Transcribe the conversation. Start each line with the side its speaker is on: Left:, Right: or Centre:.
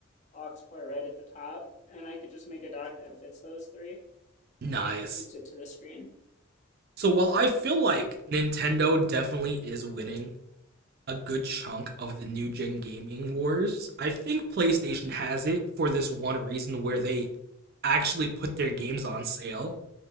Left: aux port right at the top, and I could just make a dock that fits those three
Right: nice.
Left: and shoots it to the screen.
Right: So while I feel like Nintendo definitely is winning a good chunk of the new gen gaming wars, I think PlayStation has it for this one reason where they actually put their games on sale